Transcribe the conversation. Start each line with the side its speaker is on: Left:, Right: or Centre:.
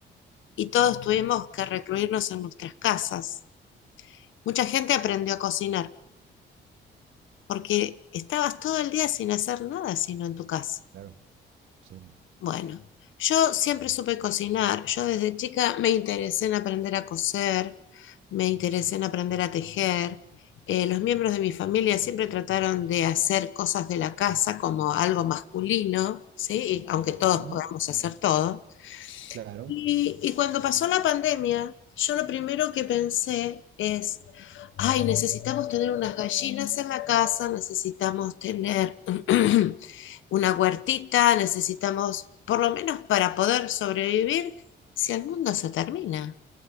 Left: y todos tuvimos que recluirnos en nuestras casas, mucha gente aprendió a cocinar, porque estabas todo el día sin hacer nada sino en tu casa.
Right: claro, sí.
Left: Bueno, yo siempre supe cocinar. Yo desde chica me interesé en aprender a coser, me interesé en aprender a tejer. Eh, los miembros de mi familia siempre trataron de hacer cosas de la casa como algo masculino, ¿sí? Y Aunque todos
Right: Ujú.
Left: podamos hacer todo.
Right: Claro,
Left: Y, y cuando pasó la pandemia, yo lo primero que pensé es, ay, necesitamos tener unas gallinas en la casa, necesitamos tener <clears throat> una huertita, necesitamos, por lo menos para poder sobrevivir, si el mundo se termina.